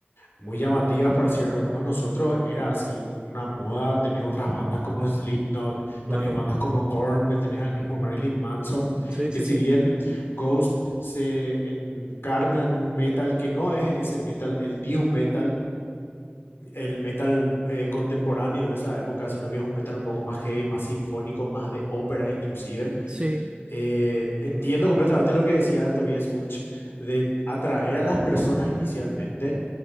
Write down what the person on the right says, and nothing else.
Claro,
sí,
sí,
sí,
sí,